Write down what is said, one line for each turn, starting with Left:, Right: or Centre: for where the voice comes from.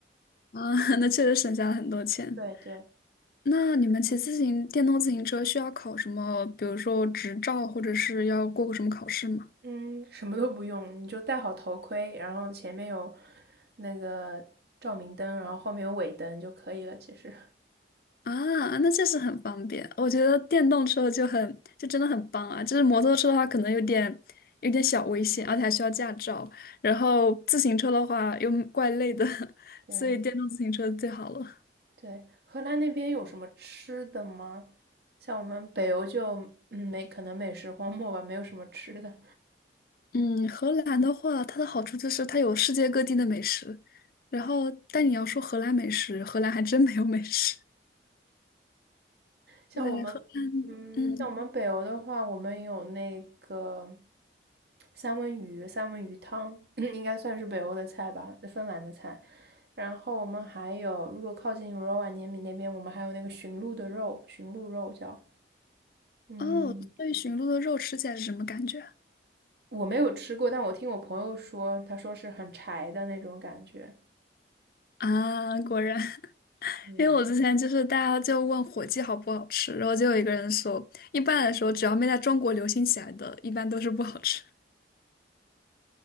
Left: 啊，<laughs> 那确实省下了很多钱。
Right: <laughs> 对对，
Left: 那你们骑自行电动自行车需要考什么，比如说执照，或者是要过个什么考试吗？
Right: 嗯，什么都不用，你就戴好头盔，然后前面有那个照明灯，然后后面有尾灯就可以了。其实，
Left: 啊，那确实很方便。我觉得电动车就很，就真的很棒啊。就是摩托车的话，可能有点有点小危险，而且还需要驾照。然后自行车的话又怪累的，<laughs>
Right: 对
Left: 所以电动自行车最好了。
Right: 对，荷兰那边有什么吃的吗？像我们北欧就嗯没可能美食荒漠吧，没有什么吃的。
Left: 嗯，荷兰的话，它的好处就是它有世界各地的美食。然后，但你要说荷兰美食，荷兰还真没有美食。
Right: 像我们，
Left: 对，荷，
Right: 嗯，
Left: 嗯，
Right: 像我们北欧的话，我们有那个三文鱼，三文鱼汤，<coughs> <clears throat> 应该算是北欧的菜吧，芬兰的菜。然后我们还有，如果靠近罗瓦涅米那边，我们还有那个驯鹿的肉，驯鹿肉叫，嗯，
Left: 哦，对，驯鹿的肉吃起来是什么感觉
Right: 我没有吃过，但我听我朋友说，他说是很柴的那种感觉。
Left: 啊，啊果然。
Right: 嗯，
Left: 因为我之前就是大家就问火鸡好不好吃，然后就有一个人说，一般来说只要没在中国流行起来的，一般都是不好吃。